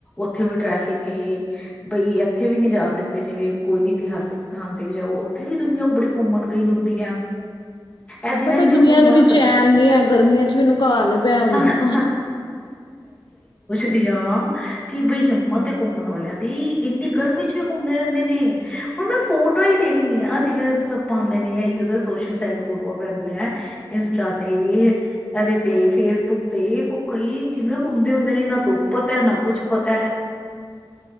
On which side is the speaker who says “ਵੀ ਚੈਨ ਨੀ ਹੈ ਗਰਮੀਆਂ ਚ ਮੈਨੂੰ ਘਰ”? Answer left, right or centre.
Left